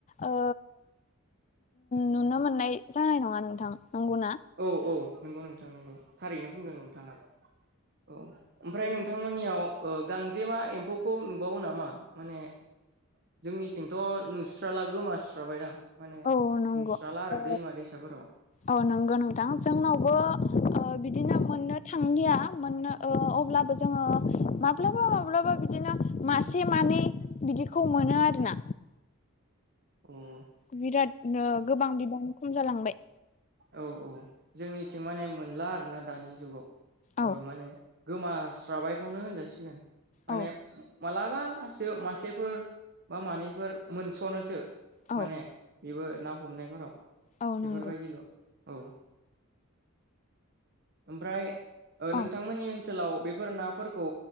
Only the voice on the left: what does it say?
ओ नुनो मोननाय जानाय नङा नोंथां नंगौना?
औ नंगौ
औ
औ नंगौ नंगौ दा जोंनावबो बिदिनो मोननो थांलिया मोन्नो ओ अब्लाबो जोङो माब्लाबा माब्लाबा बिदिनो मासे से मानै बिदिखौ मोनो आरोना
बिराद ओ गोबां बिबां खम जालांबाय
औ
औ
औ
औ
नंगौ
औ